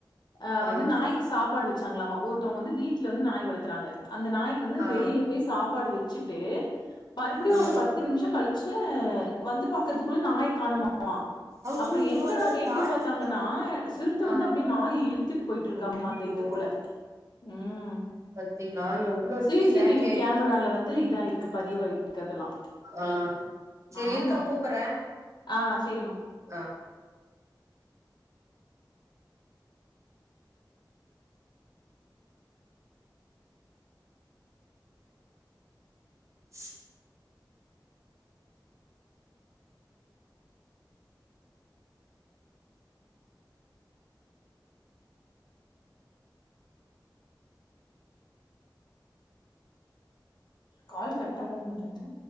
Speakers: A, on the left; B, on the right.
A: அ
B: ஆ ஆ
A: வந்து நாய் சாப்பாடு வச்சாங்களாமா ஒருத்தவங்க வீட்டுலந்து நாய் வளத்துறாங்க அந்த நாய் கு வந்து
B: ஆ
A: வெளில போய் சாப்பாடு வச்சுட்டு மறுபடியு
B: ஆ
A: ஒரு நிமிஷ கழிச்சு வந்து பாக்குறதுக்குள்ள நாய காணமாமா
B: ஐயையோ
A: அப்ற எங்கடான்னு
B: அப்ப
A: எட்டி
B: சாப்ட்ருச்சு
A: பாத்தாங்கனா சிறுத்த
B: ஆ
A: வந்து அப்டியே நாய் இழுத்துட்டு போய்ட்டு இருக்காம்மா
B: ஐயையோ
A: அந்த இதுக்குள்ள ம்
B: பாத்தீங்களா எவ்ளோ
A: சிசிடிவி
B: எப்டி வேட்டையாடிருக்கு
A: கேமரால வந்து இதா இருக்கு பதிவாய்ருக்கு அதெல்லா
B: ஆ சரி
A: ஆமா
B: இருக்கா கூப்பற
A: ஆ சேரிம்மா
B: ஆ ஹ
A: கால் கட் பண்ணவே மாட்டங்கது